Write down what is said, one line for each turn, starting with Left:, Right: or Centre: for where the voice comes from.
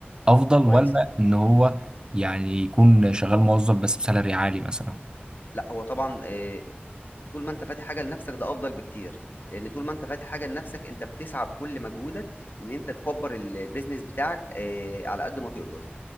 Right: افضل ولا
Left: كويس
Right: ان هو يعني يكون شغال موظف بس بسالري عالي مثلا
Left: لا هو طبعا آه، طول ما انت فاتح حاجه لنفسك ده افضل بكتير لان طول ما انت فاتح حاجه لنفسك انت بتسعى بكل مجهودك ان انت تكبر البيزنس بتاعك آه، على قد ما تقدر